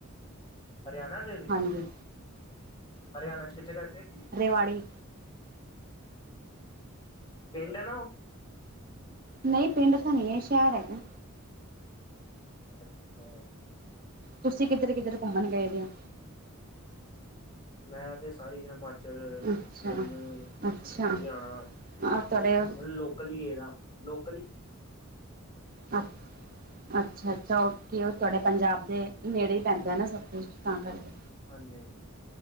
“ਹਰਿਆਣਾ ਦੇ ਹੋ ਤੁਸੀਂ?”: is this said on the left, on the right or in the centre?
Left